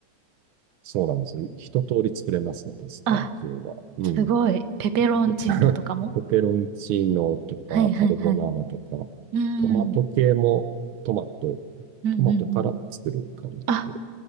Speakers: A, on the right (about 90°); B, on the right (about 50°).
A: そうなんですよ。一通り作れますね、パスタっていうのは。
B: あ、
A: うん。
B: すごい。ペペロンチーノとかも
A: <laughs> ペペロンチーノとか、
B: はいはいはい。
A: カルボナーラとか、
B: うん。
A: トマト系も、
B: うん
A: トマト、
B: うんうん。
A: トマトから作る感じで。
B: あ、